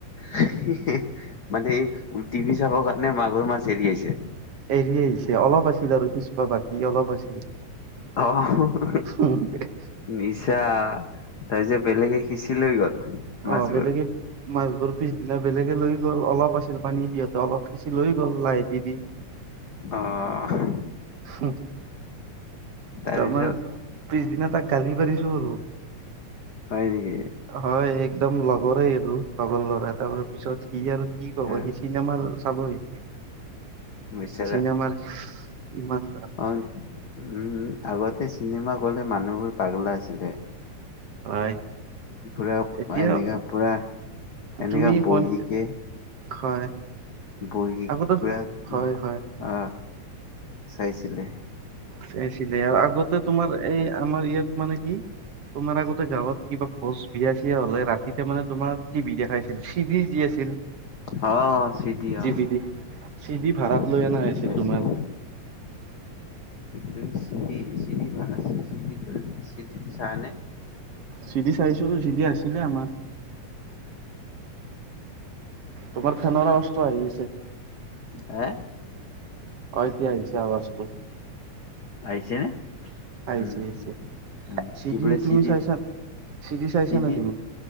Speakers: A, on the left; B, on the right.
A: হিহিহি মানে এই টিভি চাবৰ কাৰণে মাগুৰ মাছ এৰি আহিছে।
B: এৰি আহিছে, অলপ আছিল আৰু সিচবা বাকী অলপ আছিল।
A: অহহ
B: <unintelligible>
A: নিছা তাৰপিছে বেলেগে সিঁচি লৈ গ'ল। মাছবোৰ
B: অ বেলেগে মাছবোৰ পিছদিনা বেলেগে লৈ গ'ল অলপ আছিল পানী সিহঁতে অলপ সিঁচি লৈ গ'ল লাইটেদি দি। <inaudible>
A: অহ
B: হুম।
A: তাৰপিছত
B: তাৰ মই পিছদিনা তাক গালি পাৰিছো আৰু।
A: হয় নেকি
B: হয় এক দম লগৰে আৰু লগৰ ল'ৰা তাৰ পিছত সি আৰু কি ক'ব
A: অ
B: সিচ চিনেমাৰ চাব সি,
A: বিচাৰা
B: চিনেমাৰ ইমান ভাল।
A: অ উম আগতে চিনেমা গ'লে মানুহবোৰ পাগলা আছিলে,
B: হয়
A: পুৰা
B: এতিয়া
A: এনেকা পুৰা এনেকা
B: তুমি
A: বহিকে
B: খন হয়।
A: বহী
B: আগতে
A: পুৰা
B: হয়
A: উম আহ
B: হয়
A: চাইছিলে।
B: চাইছিলে আৰু আগতে তোমাৰ এই আমাৰ ইয়াত মানে কি তোমাৰ আগতে গাঁৱত কিবা ভোজ বিয়া - চিয়া হলে ৰাতিতে মানে তোমাৰ টিভি দেখাইছিল, চিদি যি আছিল।
A: হ চি দি
B: টিভি
A: অ,
B: চিডি ভাড়াত লৈ
A: চিদিয়ে
B: অনা হৈছিল
A: চাইছো
B: তোমাৰ
A: মই। তোৰ চি দি, চি দি বা চি দিত চি দিত চাৱা নে?
B: চিদি চাইছো, চিদি আছিলে আমাৰ। তোমাৰ ফেনৰ আৱাজটো আহি আছে।
A: এ?
B: অ এতিয়া আহিছে আৱাজটো।
A: আহিছে নে?
B: আহিছে
A: উম,
B: আহিছে
A: উম
B: চিডি
A: কি বুলে
B: তুমি
A: চি দিৰ,
B: চাইছা চিডি চাইছা
A: চি
B: না
A: দিৰ
B: তুমি